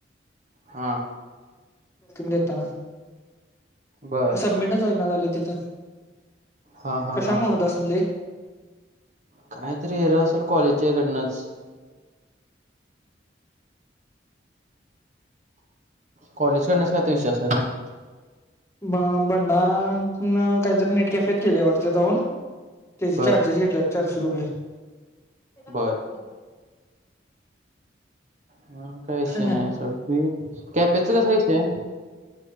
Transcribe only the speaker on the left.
देताना
सबमिटच होईना झालं तिथं
कशामुळे
होत असेल हे
मा भंडार काहीतरी नेट कॅफेत केलेय वाटतं जाऊन त्याचे
चार्जस घेतल्यात चारशे रुपये त्याला काय
माहिती हे <unintelligible>
ह